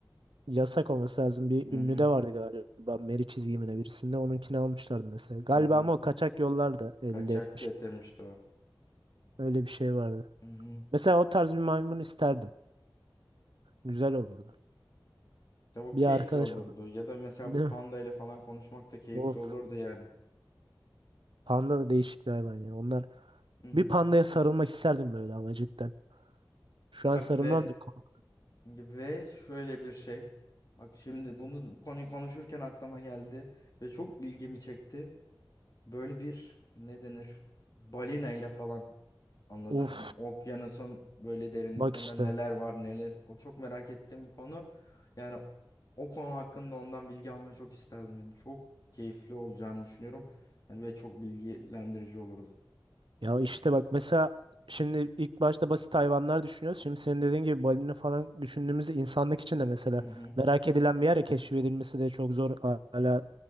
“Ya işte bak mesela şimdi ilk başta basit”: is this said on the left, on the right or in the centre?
Right